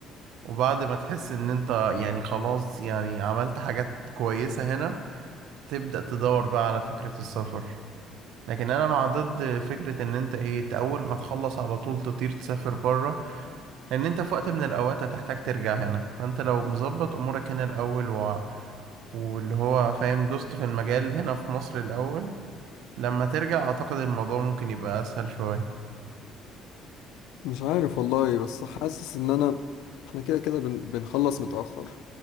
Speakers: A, on the right; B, on the left.
A: وبعد ما تحس ان انت يعني خلاص يعني عملت حاجات كويسة هنا تبدأ تدور بقى على فكرة السفر لكن انا مع ضد فكرة ان انت ايه أنت اول ما تخلص على طول تطير تسافر بره لان انت في وقت من الاوقات هتحتاج ترجع هنا فانت لو مظبط امورك هنا الاول و... واللي هو فاهم دوست في المجال هنا في مصر الاول لما ترجع اعتقد الموضوع ممكن يبقى اسهل شوية
B: مش عارف والله بس حاسس ان انا احنا كده كده بن... بنخلص متاخر